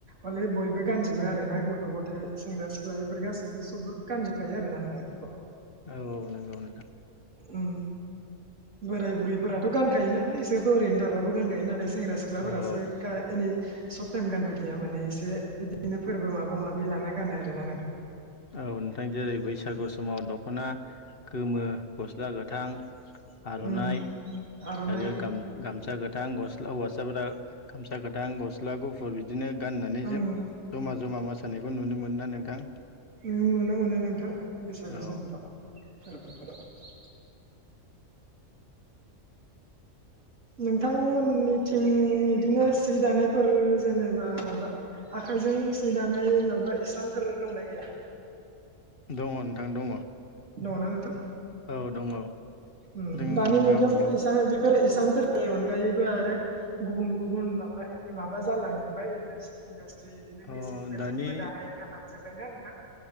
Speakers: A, on the right; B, on the left.
A: हले बयबो गानजोबो आरो ना गथ' गथाय सेंग्रा सिख्लाफोर गासैबो सबो गानजोबखायो आरो जिलाननायफोरख' <unintelligible>
B: औ औ नंगौ नोंथां।
A: उं बोराय बुरैफोराथ' गानखायो नालाय इसोरथ' ओरैनो थाबाबो गानखायो नाथाय सेंग्रा सिख्लाफोरासो
B: औ औ
A: गा एनि सब टाइम गानबाय थाया माने एसे बिदिनो फोरबो माबा माबि लाना गानो आरोना नोंथां
B: औ नोंथां जेरै बैसागु समाव दख'ना गोमो गस्ला गोथां
A: नोंथां
B: आर'नाइ
A: उम आर'नाइ
B: आरो गाम-गामसा गोथ थां गस हौवासाफोरा गामसा गोथां गस्ला गुफुर बिद दिनो गाननानै
A: ओं
B: जो जमा जमा मोसानायखौ नुनो मोना नोंथां?
A: नों नुनो मोनो नोंथां बैसागु
B: औ
A: समफोराव फोरबो फोराव। नोंथांमोननिथिं इदिनो सि दानायफोर जेनेबा माबा आखायजों सि दानाय माबा इसानफोर दंना गैया?
B: दङ नोंथां दङ।
A: दङना नोंथां?
B: औ दङ।
A: उ
B: जों
A: दानि मुगायावथ'
B: गामियाव
A: एसाबिब बेरे इसानफोरनि अनगायैबो आरो गुबुन गुबुन माबा माबा जालांजोबबाय इण्डास इण्डास जे इदिनो
B: अ
A: मेचिनफोरजोंबो
B: दानि
A: दानाय ओंखारलांजोब्बायना नोंथां?